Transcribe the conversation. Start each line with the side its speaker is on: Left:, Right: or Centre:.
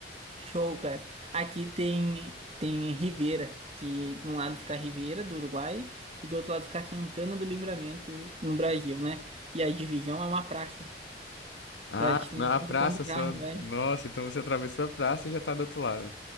Right: Show, cara. Aqui tem, tem Rivera, que de um lado fica Rivera, do Uruguai, e do outro lado fica Santana do Livramento, no Brasil, né? E a divisão é uma praça.
Left: Ah,
Right: Pra gente
Left: na
Right: não saber
Left: praça,
Right: como carro,
Left: só.
Right: né?
Left: Nossa, então você atravessou a praça e já tá do outro lado.